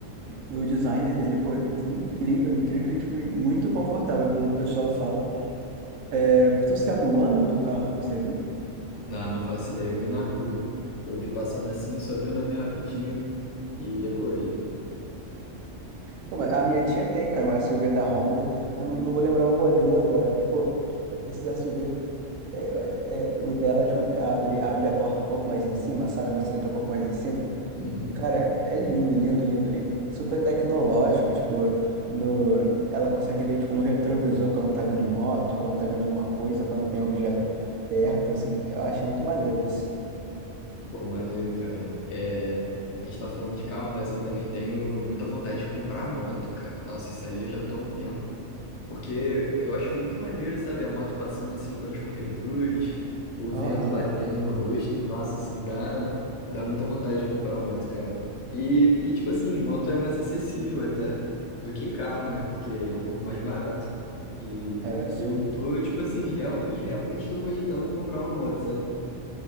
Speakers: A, on the right; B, on the left.
A: o designer dele, pô, incrível, incrível, e, tipo, e muito confortável, pelo que o pessoal fala. É, tu sabe o ano do carro que você viu?
B: Não, não faço ideia, eu vi na rua. Eu vi passando assim, eu só vi o nome rapidinho e decorei.
A: Pô, mas a minha tia tem, cara, um SUV da Honda. Eu não vou lembrar o modelo agora, mas, pô. Esses SUV É, é, é, o dela, tipo, abre, abre a porta um pouco mais em cima, sabe? A maçaneta um pouco mais em cima.
B: Uhum.
A: Cara, é lindo, lindo, lindo. E super tecnológico, tipo, no... ela consegue ver, tipo, no retrovisor quando tá vindo moto, quando tá vindo alguma coisa, quando tem objeto perto, assim. Eu acho muito maneiro isso.
B: Pô, maneiro, cara. É, a gente tá falando de carro, mas eu também tenho muita vontade de comprar moto, cara. Nossa, isso aí eu já tô há um tempo. Porque eu acho muito maneiro, sabe? A moto passando assim pelos corredores, o
A: Aham,
B: vento batendo no rosto. Nossa, isso me dá, me dá muita vontade de comprar uma moto, cara. E, e, tipo assim, moto é mais acessível até do que carro, né? Porque é um pouco mais barato. E,
A: é,
B: e
A: sim.
B: eu tô, tipo assim, real, realmente tô cogitando comprar uma moto, sabe?